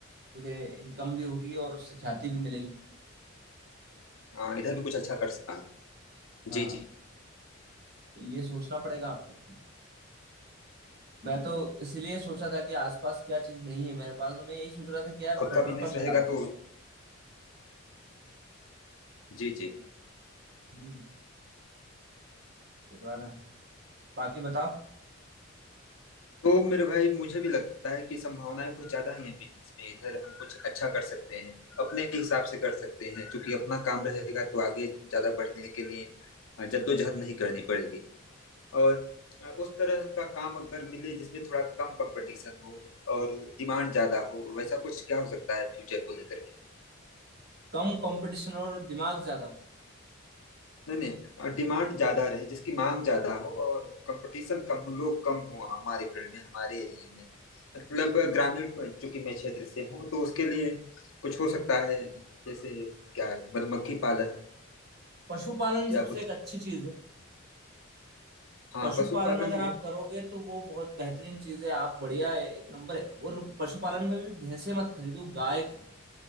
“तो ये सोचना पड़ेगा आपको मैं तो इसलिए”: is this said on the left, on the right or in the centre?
Right